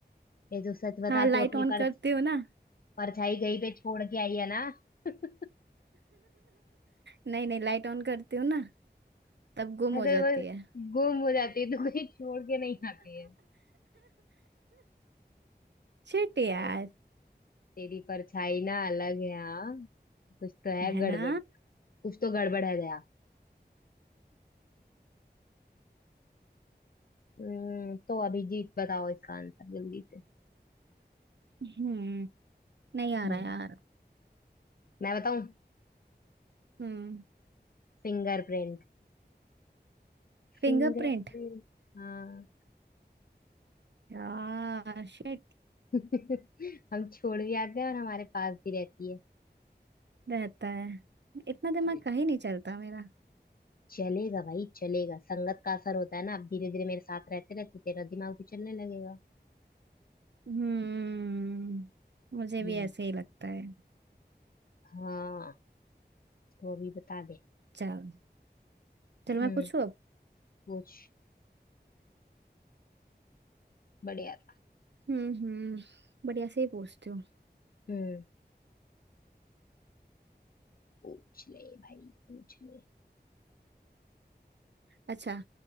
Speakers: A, on the left; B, on the right.
A: ये तो सच बता
B: हाँ लाइट
A: तू अपनी
B: ऑन
A: पर
B: करते हो ना
A: परछाई कहीं पे छोड़ के आई है ना <laughs>
B: नहीं नहीं लाइट ऑन करते हो ना तब गुम
A: मैं
B: हो
A: तो
B: जाती
A: बस
B: है
A: गुम हो जाती है तू कहीं छोड़ के नहीं आती है
B: शिट यार
A: भाई तेरी परछाई ना अलग है हाँ कुछ तो है
B: है
A: गड़बड़
B: ना
A: कुछ तो गड़बड़ है दया हम्म, तो अभिजीत बताओ इसका आंसर जल्दी से
B: हम्म नहीं आ
A: हम्म
B: रहा यार
A: मैं बताऊं
B: हम्म
A: फिंगरप्रिंट फिंगरप्रिंट
B: फिंगरप्रिंट
A: हाँ
B: यार शिट
A: <laughs> हम छोड़ भी आते हैं और हमारे पास भी रहती है
B: रहता है इतना दिमाग
A: ये
B: का ही नहीं चलता मेरा
A: चलेगा भाई चलेगा संगत का असर होता है ना अब धीरे धीरे मेरे साथ रहते रहते तेरा दिमाग भी चलने लगेगा
B: हम्म मुझे
A: हम्म
B: भी ऐसे ही लगता है
A: हाँ तो अभी बता दे
B: चल चलो
A: हम्म
B: मैं पूछू अब
A: पूछ बढ़िया था
B: हम्म हम्म बढ़िया से ही पूछती हूँ
A: हम्म पूछ ले भाई पूछ ले
B: अच्छा